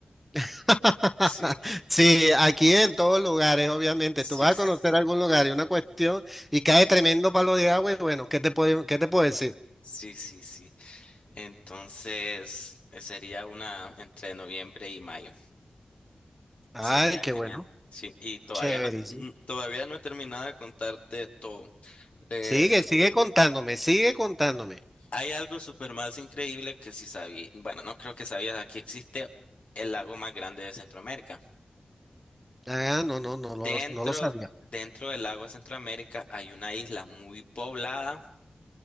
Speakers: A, in the centre; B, on the left.
A: <laughs>
B: Sí,
A: Sí, aquí en todos lugares, obviamente.
B: sí,
A: Tú vas
B: s-
A: a conocer algún lugar y una cuestión y cae tremendo palo de agua y bueno, ¿qué te puedo, qué te puedo decir?
B: sí, sí, sí. Entonces, eh, sería una entre noviembre y mayo.
A: Ay,
B: Sería
A: qué
B: genial.
A: bueno.
B: Sí, y todavía
A: Chéverísimo.
B: no, mm, todavía no he terminado de contarte todo. Eh,
A: Sigue, sigue contándome, sigue contándome.
B: hay algo súper más increíble que si sabía, bueno, no creo que sabías, aquí existe el lago más grande de Centroamérica.
A: Ah, no, no, no lo,
B: Dentro,
A: no lo sabía.
B: dentro del lago de Centroamérica hay una isla muy poblada